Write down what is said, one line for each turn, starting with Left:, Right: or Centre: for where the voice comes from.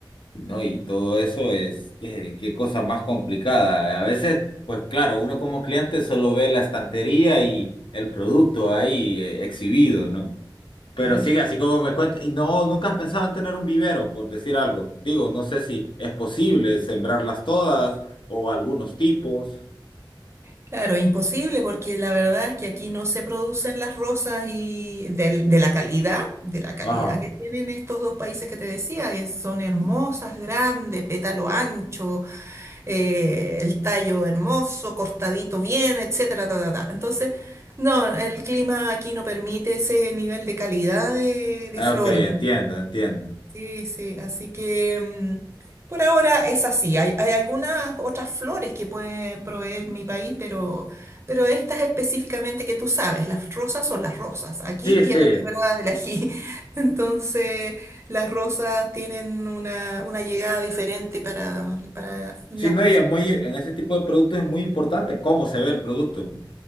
Left: y ¿no? Y todo eso es, qué, qué cosa más complicada. A veces, pues claro, uno como cliente solo ve la estantería y el producto ahí eh, exhibido, ¿no? Pero
Right: claro.
Left: sí, así como me cuenta, y no, nunca has pensado en tener un vivero, por decir algo. Digo, no sé si es posible sembrarlas todas o algunos tipos.
Right: Claro, imposible porque la verdad es que aquí no se producen las rosas y del- de, la calidad, de la calidad
Left: Ah,
Right: que tienen estos dos países que te decía, que son hermosas, grandes, pétalo ancho, eh, el tallo hermoso, cortadito bien, etcétera, ta, ta, ta. Entonces, no, el clima aquí no permite ese nivel de calidad de, de
Left: ah,
Right: flores.
Left: ok, entiendo, entiendo.
Right: Sí, sí, así que mm, por ahora es así. Hay, hay algunas otras flores que puede proveer mi país, pero, pero estas específicamente que tú sabes, las rosas son las rosas, aquí
Left: Sí,
Right: y
Left: sí.
Right: en la quebrada del ají. <laughs> Entonces, las rosas tienen una, una llegada diferente para, para las
Left: Sí, no,
Right: mujeres
Left: y es muy, en ese tipo de productos es muy importante cómo se ve el producto. ¿no?